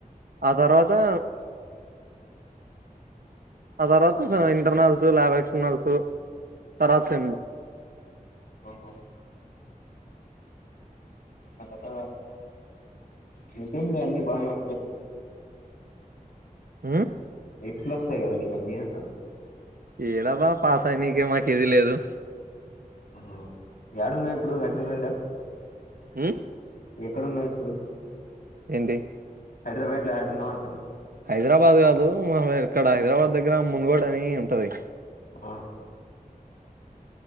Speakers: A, on the right; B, on the left.
A: ఆ తర్వాతా ఆ తర్వాతా ఇంటర్నల్స్ ల్యాబ్ ఎక్క్షనల్స్ తర్వాతా
B: ఆ,
A: సేమ్
B: ఆహా అ కథ మీకంలే అన్ని బానీ వ
A: ఉమ్
B: ఎక్స్ల వస్తాయి కదా అన్నీ నీకు అంటాన
A: ఏడాబా పాస్ అయినాకనే మా ఇది లేదు
B: ఆ యడున్నావ్ ఇప్పుడు హైదరాబాడ్
A: ఉమ్
B: ఎక్కడున్నవ్ ఇప్పుడు
A: ఏంటి
B: హైదరాబాద్ యాడున్నావ్ అంటున్న
A: హైదరాబాద్ కాదు ఉమ్ ఇక్కడ హైదరాబాద్ దగ్గర మునుగోడు ని ఉంటది
B: ఆ